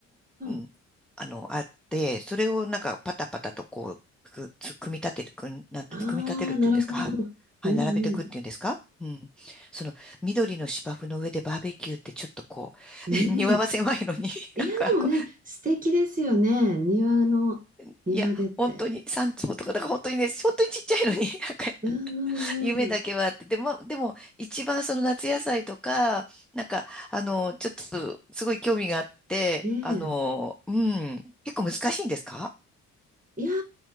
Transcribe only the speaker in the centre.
うん、
あの、あって、それをなんかパタパタとこう、く、つ組み立てる、くん、なんて、
組み立てるっていうんですか。
はい。はい、
並べていくっていうんですか。うん。その、緑の芝生の上でバーベキューってちょっとこ
う、<laughs> 庭は狭いのに、
なんかこ
う、
いや、本当に三坪とか、
だから本当にね、本当にちっちゃいのに、なんか、
夢だけはあって、でも、でも、一番その夏野菜とか、なんか、あの、ちょっと、すごい興味があって、
あの、うん、結構難しいんですか